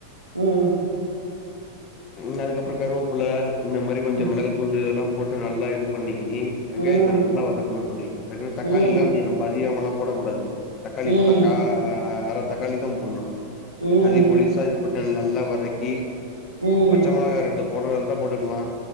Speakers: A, on the right; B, on the left.
A: ம்
B: ம் அதுக்கப்றோ கருவேப்புல இந்த மாரி கொஞ்சோ
A: ம்
B: மெளகுத்தூள் இதெல்லாம் போட்டு நல்லா இது பண்ணி வெங்காயத்த
A: ம்
B: நல்லா வதக்கணு தோழி அதுக்குன்னு தக்காளி
A: ம்
B: இல்லாம நீ ரொம்ப அதிகமல்லா போடக்கூடாது தக்காளி
A: ம்
B: போட்டா கா அரை தக்காளிதான் போடுணு
A: ம் ம்
B: அதை பொடிசா இது போட்டு நல்லா வதக்கி
A: ம்
B: பச்ச மெளகா ரெண்டு போடுறதா இருந்தா போட்டுக்கலா